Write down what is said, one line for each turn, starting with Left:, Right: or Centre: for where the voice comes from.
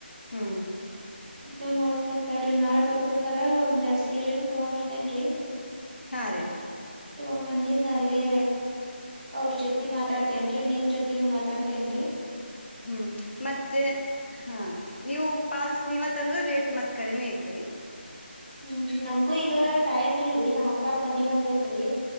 Left: ಹ್ಂ
Right: ಅ ನೋಡ್ತೆನ್ ಅಂತ ಹೇಳ್ರಿ ನಾಳ ಬರ್ಬತಾರ ಒಂದ್ ಎರಡ್ ಸೀರೆನೂ ತಗೊ ಬರ್ತೇನ್ರೀ.
Left: ಹಾಂ ರೀ ರ
Right: ತುಂಗೋಂದು ಬಂದಿಯಿಂದ ಅಲ್ಲಿ ಅವ್ರ ಜೊತಿ ಮಾತಾಡ್ತೇನ್ರೀ ನಿಮ್ ಜೊತಿನೂ ಮಾತಾಡ್ತೇನ್ರೀ.
Left: ಹ್ಮ್ ಮತ್ತೆ ಹಾ ನೀವು ಪಾಲ್ಸ್ ನೀವತ್ ಅಂದ್ರ ರೇಟ್ ಮತ್ ಕಡಿಮೆ ಐತ್ರಿ.
Right: ಹ್ಮೀ ನಮ್ಗೂ ಈಗ
Left: ಮತ್
Right: ಟೈಮ್ ಇಲ್ರಿ ನಮ್ ಅಕ್ಕಾರ್ ಮದ್ ಅಂದೈತ್ರಿ